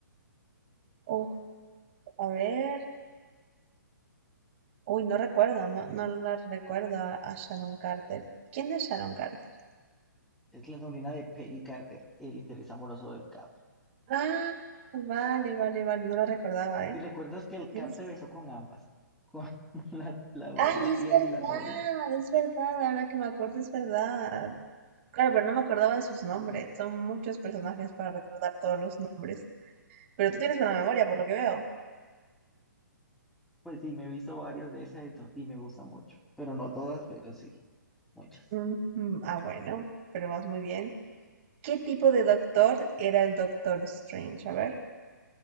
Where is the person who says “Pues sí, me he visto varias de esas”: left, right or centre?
Centre